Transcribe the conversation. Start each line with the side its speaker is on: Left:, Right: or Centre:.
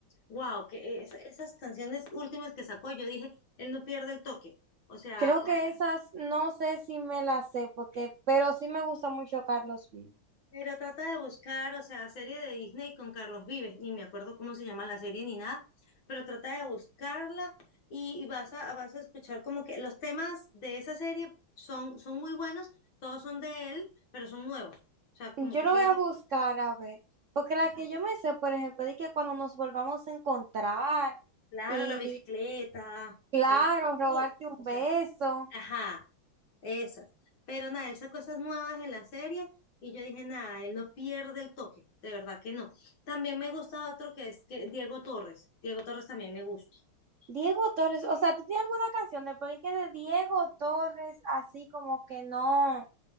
Left: Wow, que es- esas canciones últimas que sacó, yo dije, él no pierde el toque. O sea,
Right: creo que esas no sé si me las sé, porque, pero sí me gusta mucho Carlos Vives.
Left: Pero trata de buscar, o sea, serie de Disney con Carlos Vives, ni me acuerdo cómo se llama la serie ni nada, pero trata de buscarla y, y vas a, vas a escuchar como que los temas de esa serie son, son muy buenos, todos son de él, pero son nuevos. O sea, como
Right: Yo
Left: que
Right: lo
Left: fueron,
Right: voy a
Left: de-
Right: buscar a ver, porque la
Left: o sea,
Right: que yo me sé, por ejemplo, es que cuando nos volvamos a encontrar
Left: claro,
Right: y
Left: la bicicleta,
Right: claro,
Left: este,
Right: robarte
Left: uf,
Right: un
Left: o sea,
Right: beso.
Left: ajá, Esas. Pero nada, él sacó esas nuevas en la serie y yo dije, nada, él no pierde el toque, de verdad que no. También me gusta otro que es que Diego Torres. Diego Torres también me gusta.
Right: Diego Torres, o sea, ¿tú tienes alguna canción del porque que de Diego Torres así como que no?